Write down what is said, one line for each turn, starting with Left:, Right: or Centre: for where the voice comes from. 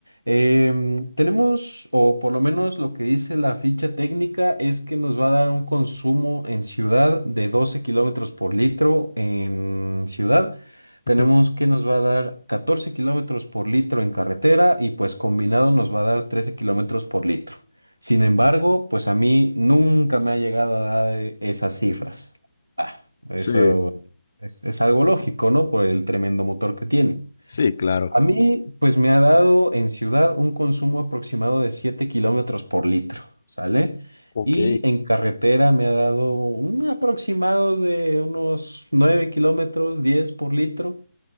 Right: Em, tenemos, o por lo menos lo que dice la ficha técnica, es que nos va a dar un consumo en ciudad de 12 kilómetros por litro en ciudad. Tenemos
Left: <laughs>
Right: que nos va a dar 14 kilómetros por litro en carretera y pues combinado nos va a dar 13 kilómetros por litro. Sin embargo, pues a mí nunca me ha llegado a dar eh, esas cifras. Ah. Eso
Left: Sí,
Right: es, es algo lógico, ¿no? Por el tremendo motor que tiene.
Left: sí, claro.
Right: A mí, pues me ha dado en ciudad un consumo aproximado de 7 kilómetros por litro, ¿sale?
Left: Ok.
Right: Y en carretera me ha dado un aproximado de unos 9 kilómetros, 10 por litro.